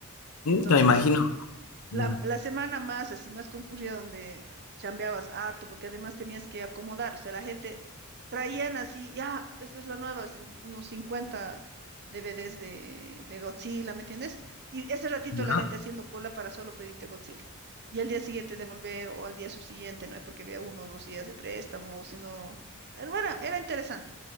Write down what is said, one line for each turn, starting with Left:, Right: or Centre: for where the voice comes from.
Right: Entonces,
Left: uh, me imagino,
Right: La,
Left: ya,
Right: la semana más, así más concurrida, donde chambeabas harto, porque además tenías que acomodar, o sea, la gente traían así, ya, esto es lo nuevo, así un- unos 50 DVDs de, de Godzilla, ¿me entiendes? Y ese ratito
Left: ya,
Right: la gente haciendo cola para solo pedirte Godzilla. Y al día siguiente devolver o al día subsiguiente, ¿no? Porque había uno o dos días de préstamo, sino... Era, era interesante.